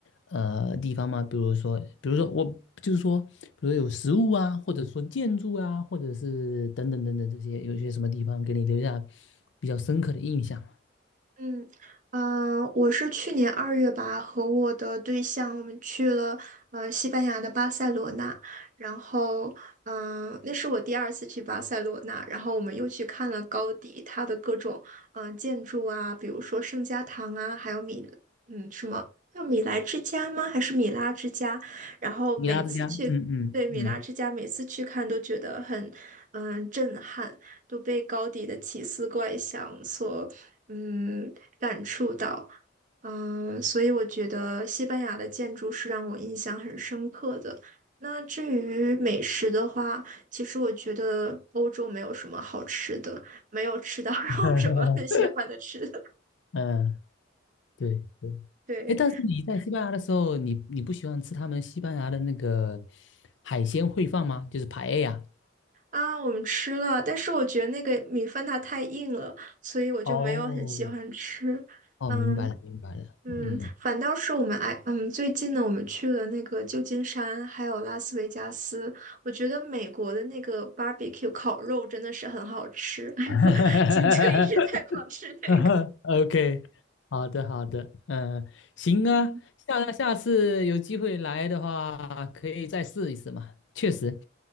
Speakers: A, on the left; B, on the right.
A: 呃地方吗？比如说，比如说我就是说，比如说有食物啊，或者说建筑啊，或者是等等等等这些，有一些什么地方给你留下比较深刻的印象吗
B: 嗯嗯，呃我是去年二月吧，和我的对象我们去了呃西班牙的巴塞罗那，然后嗯、呃那是我第二次去巴塞罗那，然后我们又去看了高迪他的各种嗯、呃建筑啊，比如说圣家堂啊，还有米嗯什么叫米莱之家吗？还是米拉之家？然后每次去对米拉之家，
A: 米拉之家，嗯嗯嗯
B: 每次去看都觉得很嗯、呃震撼。都被高迪的奇思怪想所嗯感触到，嗯，所以我觉得西班牙的建筑是让我印象很深刻的。那至于美食的话，其实我觉得欧洲没有什么好吃的，没有吃到 <laughs> 让我什么很喜欢的吃的。
A: <laughs> 嗯，对对。
B: 对
A: 哎，但是你在西班牙的时候，你你不喜欢吃他们西班牙的那个海鲜烩饭吗？就是排 a e
B: 啊，我们吃了，但是我觉得那个米饭它太硬了，所以我就没有很喜欢吃。
A: 哦，哦，
B: 嗯，
A: 明白了，明白了，
B: 嗯，
A: 嗯
B: 反倒是我们哎，嗯，最近呢，我们去了那个旧金山，还有拉斯维加斯。我觉得美国的那个 barbecue 烤肉真的是很好吃，<laughs>
A: <laughs>
B: 今就一直在狂吃那个。
A: ，OK，哈哈好的，好的，嗯、行啊，
B: 嗯
A: 下下次有机会来的话，可以再试一试嘛。确实，